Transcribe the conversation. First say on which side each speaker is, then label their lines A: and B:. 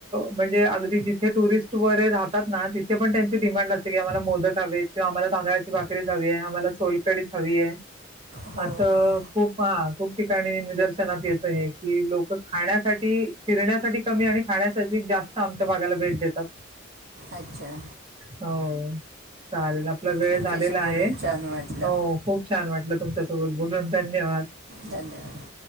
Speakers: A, on the right (about 25°); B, on the right (about 50°).
A: म्हणजे अगदी जिथे टुरिस्ट वगैरे राहात ना पण त्यांची डिमांड असते की आम्हाला मोदक हवे आहेत, किंवा आम्हाला तांदळाची भाकरीच हवी आहे, आम्हाला सोलकडीच हवी आहे
B: हो
A: असं.
B: हो
A: खूप हा खूप ठिकाणी निदर्शनास येत आहे की लोक खाण्यासाठी फिरण्यासाठी कमी आणि खाण्यासाठी जास्त आमच्या भागाला भेट देतात.
B: अच्छा!
A: हो चालेल आपला वेळ
B: तुमच्याशी
A: झालेला
B: बोलून
A: आहे हो
B: छान वाटलं
A: खूप खूप छान वाटलं तुमच्यासोबर बोलून धन्यवाद!
B: धन्यवाद!